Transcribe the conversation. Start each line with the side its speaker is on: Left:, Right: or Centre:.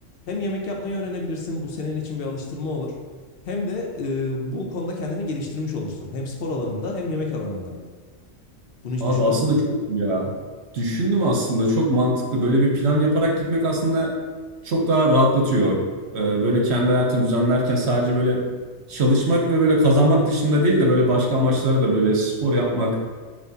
Left: hem yemek yapmayı öğrenebilirsin, bu senin için bir alıştırma olur. Hem de e, bu konuda kendini geliştirmiş olursun. Hem spor alanında hem yemek alanında. Bunu hiç
Right: Abi
Left: düşündün
Right: aslında
Left: mü?
Right: çok iyi ya. Düşündüm aslında çok mantıklı. Böyle bir plan yaparak gitmek aslında çok daha rahatlatıyor. Ee, böyle kendi hayatını düzenlerken sadece böyle çalışmak ve böyle kazanmak dışında değil de böyle başka amaçlara da böyle spor yapmak,